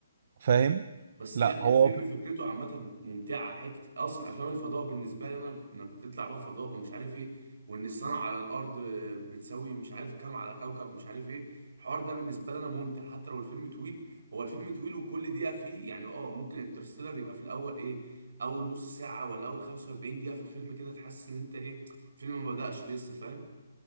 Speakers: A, on the right; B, on the right.
A: فاهم
B: بس
A: لا
B: لا
A: هو
B: الفيلم فكرته عامة ممتعة حتة أصلا أفلام الفضاء بالنسبة لي أنا إنك تطلع بقى فضاء ومش عارف إيه وإن السنة على الأرض بتساوي مش عارف كام على كوكب مش عارف إيه الحوار ده بالنسبة لي أنا ممتع حتى لو الفيلم طويل هو الفيلم طويل وكل دقيقة فيه يعني أه ممكن انترستيلر يبقى في الأول إيه أول نص ساعة ولا أول 45 دقيقة في الفيلم كده تحس إن أنت إيه الفيلم ما بدأش لسه فاهم